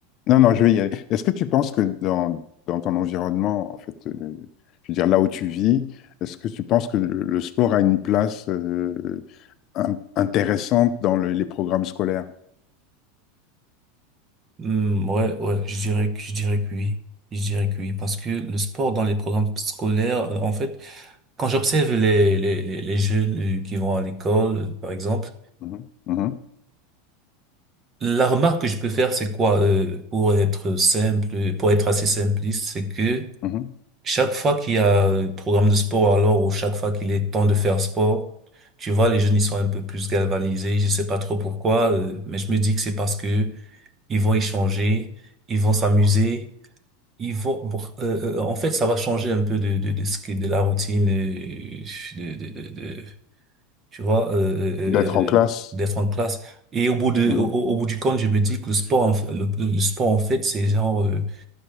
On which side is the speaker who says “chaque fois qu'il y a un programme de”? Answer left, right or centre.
Right